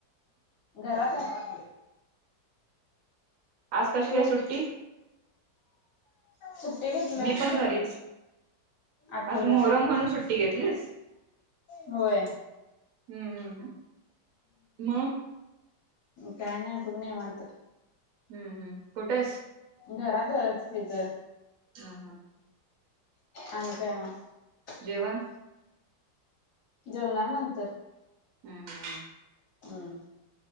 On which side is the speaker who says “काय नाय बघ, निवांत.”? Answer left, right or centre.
Left